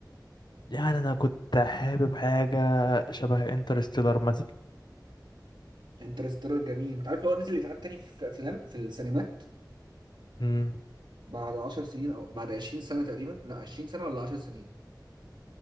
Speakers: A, on the left; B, on the right.
A: يعني انا كنت حابب حاجه شبه انترستيلر مثلا
B: انترستيلر جميل انت عارف لو هو نزل يتعاد تاني في في افلام في السينمات
A: امم
B: بعد 10 سنين او بعد 20 سنه تقريبا لا 20 سنه ولا 10 سنين